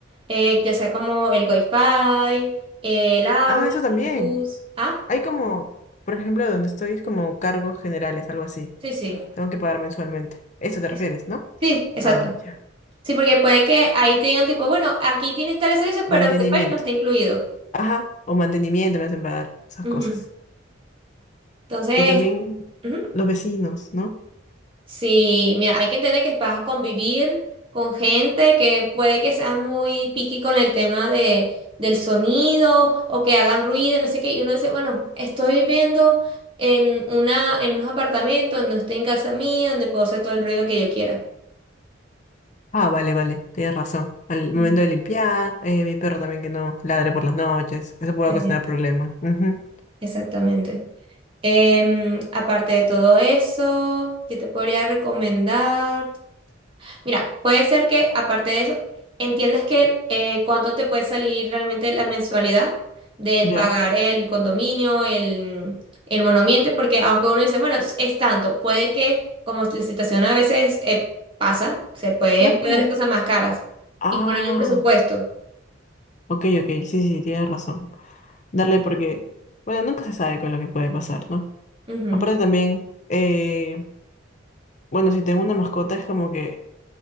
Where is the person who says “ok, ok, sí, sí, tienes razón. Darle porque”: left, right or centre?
Left